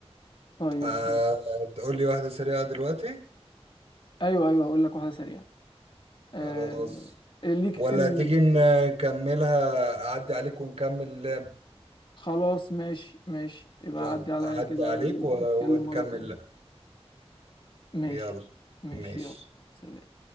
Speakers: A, on the left (about 50°); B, on the right (about 75°).
A: طيب
B: آه تقول لي واحده سريعه دلوقتي
A: ايوه ايوه هقول لك واحده سريعه آه...
B: خلاص
A: ليك
B: ولا
A: في ال...
B: تيجي ن- نكملها أعدي عليك ونكمل اللعب
A: خلاص ماشي ماشي يبقى
B: يلا
A: عدي عليا
B: أعدي
A: كده
B: عليك
A: ونتكلم
B: و... ونكمل
A: مره تانية
B: اللعب
A: ماشي
B: يلا
A: ماشي
B: ماشي
A: يلا سلام